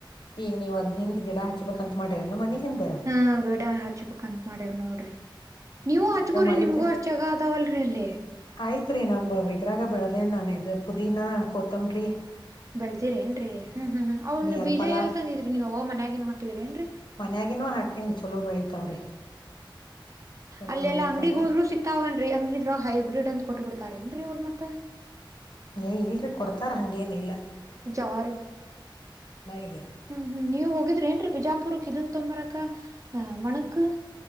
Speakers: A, on the left; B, on the right.
A: ಈಗ ನೀವು ಅದ್ ಹಿಂದ್ ಗಿಡ ಹಚ್ಬೇಕಂತ ಮಾಡಿರೇನು ಮನಿ ಹಿಂದ
B: ಹಾ ಗಡ ಹಚ್ಪುಕ್ಂತತ್ ಮಾಡ್ಯವ್ ನೋಡ್ರಿ
A: ಹ್ಮ್,
B: ನೀವು ಹಚ್ಕೋರಿ
A: ಈಗ ಮಳಿ
B: ನಿಮ್ಗೂ
A: ಚ
B: ಅಷ್ಟ್ ಜಾಗ ಅದಾವಲ್ರರಿ ಅಲ್ಲಿ
A: ಆಯ್ತ್ರಿ ನಮ ಇದ್ರಾಗ ಬೆಳದೇನ್ ನಾನ ಇದು ಪುದೀನಾ ಕೊತಂಬ್ರಿ
B: ಬೆಳತಿರಿ ಏನ್ರರಿ ಹ್ಮ್ ಹ್ಮ್ ಹ್ಮ್ ಅವ್
A: ಅದ್
B: ಬೀಜ
A: ಪಲಾ
B: ಎಲ್ ತಂದಿದ್ರಿ ನೀವ ಅವ ಮನ್ಯಾಗೇನು ಹಾಕಿದ್ರಿ ಏನ್ರರಿ
A: ನಗನ್ವ ಹಾಕಿನಿ ಚಲೋ ಬೆಳಿತಾವ್ರಿ ಚಲೋ
B: ಅಲ್ಲೆಲ್ಲ
A: ಬೆಳಿತಾವು
B: ಅಂಗಡಿ ಹೋದ್ರು ಸಿಕ್ತಾವನ್ರಿ ಅಂಗ್ರ ಇದ್ರಾಗ ಹೈಬ್ರಿಡ್ ಅಂತ ಕೊಟ್ಟಟ್ ಬಿಡ್ತಾರ ನ್ೀ ಅವ್ರ ಮತ್ತ ತ್ತ
A: ಏ ಇಲ್ರಿ ಕೊಡ್ತಾರ ಹಂಗೇನಿಲ್ಲ
B: ಜವಾ ರೀ
A: ಈಗ
B: ಹ್ಮ್ ಹ್ಮ್ ನೀವು ಹೋಗಿದ್ರಿ ಏನ್ ಬಿಜಾಪುರಕ್ಕೆ ಇದಂತ ತತ್ತೊಂಬರಕ್ಕ ಆ ಮಣಕ್